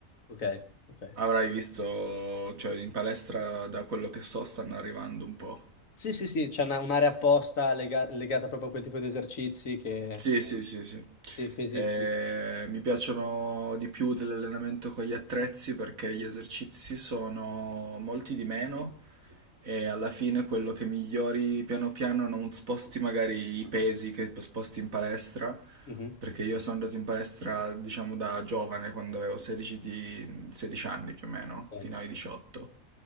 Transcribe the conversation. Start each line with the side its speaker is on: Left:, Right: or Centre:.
Left: Ok, ok.
Right: Avrai visto, cioè in palestra da quello che so stanno arrivando un po'.
Left: Sì, sì, sì, c'è una- un'area apposta lega- legata proprio a quel tipo di esercizi che...
Right: Sì, sì, sì, sì.
Left: Sì, pesi
Right: Eh,
Left: più...
Right: mi piacciono di più dell'allenamento con gli attrezzi perché gli esercizi sono molti di meno e alla fine quello che migliori piano piano non sposti magari i pesi che sposti in palestra,
Left: Mhm,
Right: perché io sono andato in palestra diciamo da giovane, quando avevo 16, di- 16 anni più o meno,
Left: Ok,
Right: fino ai 18